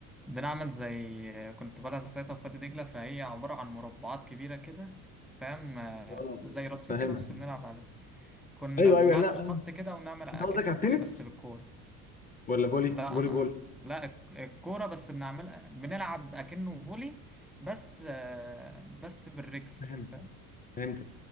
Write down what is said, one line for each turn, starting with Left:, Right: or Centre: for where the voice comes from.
Centre: بنعمل زي كنت بلعب ساعتها في وادي دجلة فهي عبارة عن مربعات كبيرة كده فاهم آه،
Left: اه
Centre: زي رصيف
Left: فاهمك
Centre: كده بس بنلعب عليه كنا
Left: ايوه
Centre: بنعمل
Left: ايوه لا
Centre: خط كده ونعمل اكنه
Left: انت قصدك على التنس
Centre: فولي بس بالكورة
Left: ولا فولي
Centre: لا
Left: فولي
Centre: انا
Left: بول
Centre: لا الك- الكورة بس بنعمل بنلعب اكنه فولي بس آه، بس بالرجل
Left: فهمت
Centre: فاهم
Left: فهمتك